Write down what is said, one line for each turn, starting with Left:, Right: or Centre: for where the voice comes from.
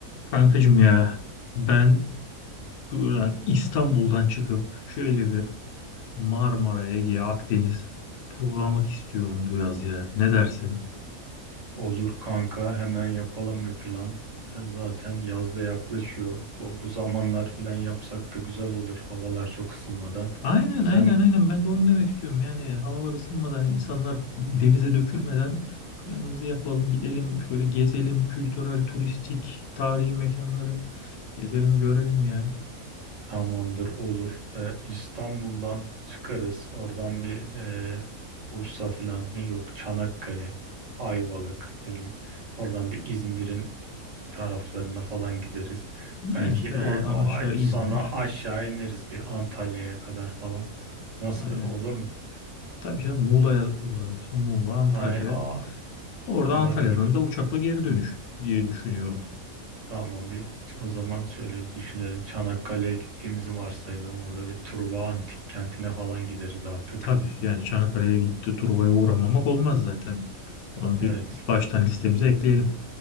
Left: Kankacım ya ben buradan İstanbul'dan çıkıp şöyle bir Marmara, Ege, Akdeniz turlamak istiyorum bu yaz ya. Ne dersin?
Right: Olur kanka hemen yapalım bir plan. E, Zaten yaz da yaklaşıyor. Bu, bu zamanlar filan yapsak da güzel olur havalar çok ısınmadan.
Left: Aynen
Right: Sen
Left: aynen aynen ben de onu demek istiyorum. Yani havalar ısınmadan insanlar denize dökülmeden planımızı yapalım gidelim şöyle gezelim kültürel, turistik, tarihi mekanları gezelim görelim ya.
Right: tamamdır olur. Ee, İstanbul'dan çıkarız. Oradan bir e, Bursa filan ne yok Çanakkale, Ayvalık ne bileyim. Oradan bir İzmir'in taraflarına falan gideriz.
Left: Ne
Right: Belki
Left: tabii
Right: e,
Left: oradan
Right: o
Left: aşağı
Right: ay-
Left: İzmir.
Right: sonra aşağı ineriz bir Antalya'ya kadar falan. Nasıl
Left: Aynen.
Right: olur mu?
Left: Tabii canım Muğla'ya uğrarız. Muğla, Antalya.
Right: Ay, a-
Left: Orada
Right: Olabilir.
Left: Antalya'dan da uçakla geri dönüş diye düşünüyorum.
Right: Tamam bir o zaman şöyle bir düşünelim. Çanakkale'ye gittiğimizi varsayıyorum. Orada bir Truva Antik Kenti'ne falan gideriz artık.
Left: Tabii yani Çanakkale'ye gidip de Truva'ya uğramamak olmaz zaten. Onu
Right: Evet.
Left: bir baştan listemize ekleyelim.